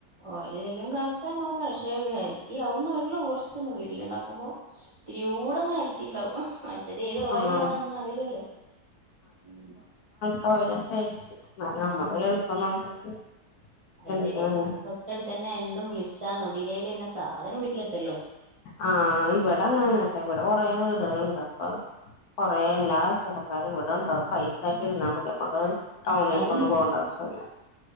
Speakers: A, on the right; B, on the left.
A: ഓയിലെല്ലും കണക്കാൻ നോക്ക ക്ഷെ ഹെൽത്തി ആവുന്നുള്ളൂ കൊറച്ചൊന്ന് വീട്ട്ല്ണ്ടാ ക്കുമ്പോ ഇത്തിരി കൂടെ ഒന്ന് ഹെൽത്തി ണ്ടാവും. മറ്റേത് ഏത് ഓയില്ലാണോന്നും
B: ഉം
A: അറിയില്ലല്ലോ? ഉം.
B: ടോയ്ലറ്റായി നമുടൊരു
A: ഉം.
B: എളുപ്പം <unintelligible>
A: അത്
B: എടുക്കണല്ലേ
A: ശരിയ. തൊട്ടടുത്ത് ന്നെ എന്തും വിളിച്ചാ നൊടിടയിൽന്നെ സാധനം വീട്ടിലെത്തല്ലോ?
B: ആഹ ഇവിടെങ്ങന്നന്നെട്ട. ഇവിടെ കൊറെേ വീടുകളുണ്ട് അപ്പൊ കുറെേ എല്ലാ കച്ചവടക്കാരും ഇവടെണ്ടാവും. പൈസാറ്റി രുന്നാ മതി നമ്മള് ടൗണിൽക്കൊന്നും
A: അതന്നെ
B: പോണ്ട അവശ്യല്ല.